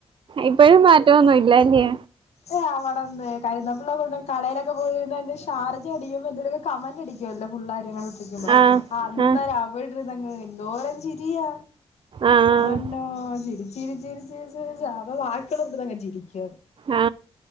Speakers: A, on the right; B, on the left.
A: ഇപ്പഴും മാറ്റഒന്നും ഇല്ലല്ലേ
B: ഏ അവിടെന്ത് കരുന്നപ്പിള്ള കളയിലൊക്കെ പോയിര്ന്നെന്റെ ഷാർജ അടിയുമ്പോ ന്തേലൊക്കെ കമന്റ് അടിക്കുല്ലോ പുള്ളാരങ്ങ ഇട്ടിരിക്കുമ്പോ
A: ആഹ്
B: ആ അന്നേം
A: ആഹ്
B: അവിടിര്ന്നങ് എന്തോരം ചിരിയാ
A: ആഹ്
B: ഇല്ലോ ചിരിച്ചിരിച്ചിരിച്ചിരിച്ച് <unintelligible> ചിരിക്ക
A: ആ